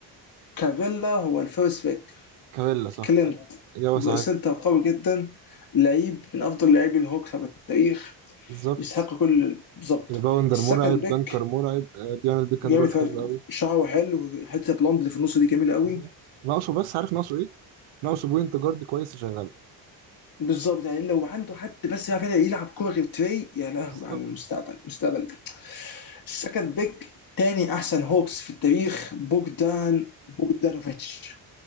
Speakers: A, on the left; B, on the right.
A: كابيلا هو الفيرست بيك
B: كابيلا صح
A: كلينت
B: أيوة. إجابة صحيحة
A: سنتر قوي جدا لعيب من افضل لاعبي الهوكس على التاريخ
B: بالظبط
A: يستحق كل بالظبط
B: ريباوندر
A: السكند
B: مرعب دنكر
A: بيك
B: مرعب آه، بيعمل بيك
A: جامد
B: اند رول
A: فشخ-
B: حلو قوي
A: شعره حلو حته بلوند اللي في النص دي جميله قوي
B: بالظبط ناقصه بس عارف ناقصه ايه؟ ناقصه بوينت جارد كويس يشغله
A: بالظبط يعني لو عنده حد بس يعرف يلعب كوره غير تري يا لهوي
B: بالظبط
A: على المستقبل مستقبل السكند بيك تاني احسن هوكس في التاريخ بوجدان بوجدانوفيتش